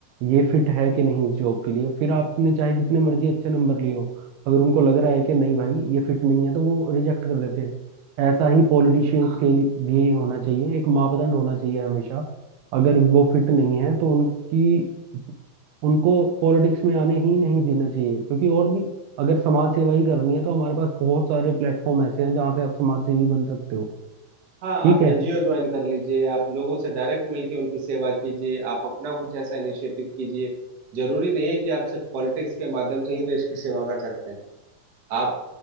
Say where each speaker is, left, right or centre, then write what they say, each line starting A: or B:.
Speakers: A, on the right; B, on the right.
A: ये फिट है कि नहीं इस जॉब के लिए फिर आपने चाहे जितने मर्जी अच्छे नंबर लिए हो अगर उनको लग रहा है कि नहीं भाई ये फिट नहीं है तो वो रिजेक्ट कर देते हैं ऐसा ही पॉलिटिशियंस
B: हाँ
A: के लिए भी होना चाहिए एक मापदंड होना चाहिए हमेशा अगर वो फिट नहीं है तो उनकी उनको पॉलिटिक्स में आने ही नहीं देना चाहिए क्योंकि और भी अगर समाज सेवा ही करनी है तो हमारे पास बहुत सारे प्लेटफॉर्म ऐसे हैं जहाँ से आप समाज सेवी बन सकते हो
B: हाँ
A: ठीक
B: आप
A: है
B: एनजीओ ज्वाइन कर लीजिए आप लोगों से डायरेक्ट मिलके उनकी सेवा कीजिए आप अपना कुछ ऐसा इनिशिएटिव कीजिए जरूरी नहीं है कि आप सिर्फ पॉलिटिक्स के माध्यम से ही देश की सेवा कर सकते हैं आप